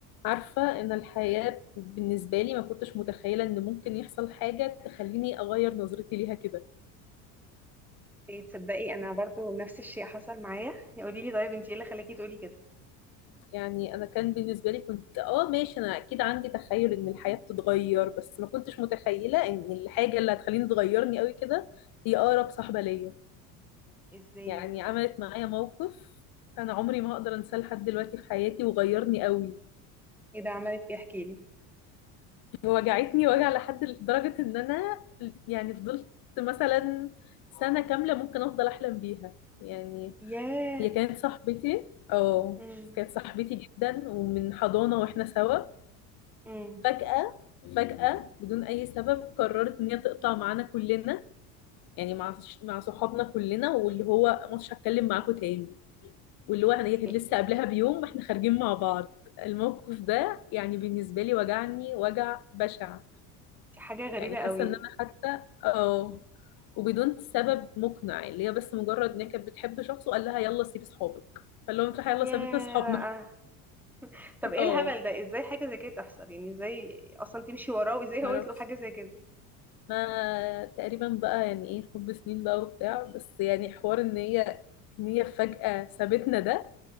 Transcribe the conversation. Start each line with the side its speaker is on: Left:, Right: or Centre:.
Left: عارفة إن الحياة بالنسبة لي ما كنتش متخيلة إن ممكن يحصل حاجة تخليني أغير نظرتي ليها كده
Centre: إيه تصدقي انا برضو نفس الشيء حصل معايا يقولي لي طيب انتي ايه اللي خلاكي تقولي كده
Left: يعني أنا كان بالنسبة لي كنت آه ماشي أنا أكيد عندي تخيل إن الحياة بتتغير بس ما كنتش متخيلة إن الحاجة اللي هتخليني تغيرني قوي كده هي أقرب صاحبة ليا
Centre: ازاي
Left: يعني عملت معايا موقف أنا عمري ما هقدر أنساه لحد دلوقتي في حياتي وغيرني قوي
Centre: ايه ده عملت ايه احكي لي
Left: وجعتني وجع لحد لدرجة إن أنا يعني فضلت مثلا سنة كاملة ممكن أفضل أحلم بيها يعني
Centre: ياه
Left: هي كانت صاحبتي اه
Centre: امم
Left: كانت صاحبتي جدا ومن حضانة واحنا سوا
Centre: امم
Left: فجأة مم. فجأة بدون أي سبب قررت إن هي تقطع معانا كلنا يعني مع مع صحابنا كلنا واللي هو مش هتكلم معاكوا تاني واللي هو هي كانت
Centre: إيه،
Left: لسه قبلها بيوم واحنا خارجين مع بعض الموقف ده يعني بالنسبة لي وجعني وجع بشع
Centre: دي حاجه غريبه
Left: يعني
Centre: قوي
Left: حاسة إن أنا حتى اه وبدون سبب مقنع اللي هي بس مجرد إن هي كانت بتحب شخص وقال لها يلا سيبي صحابك فاللي هو يلا
Centre: ياه
Left: سابت صحابنا
Centre: بقى طب ايه
Left: اه
Centre: الهبل ده ازاي حاجه زي كده تحصل يعني ازاي اصلا تمشي وراه وازاي هو
Left: معرفش
Centre: يطلب حاجه زي كده
Left: ما تقريبا بقى يعني ايه حب سنين بقى وبتاع بس يعني حوار ان هي ان هي فجأة سابتنا ده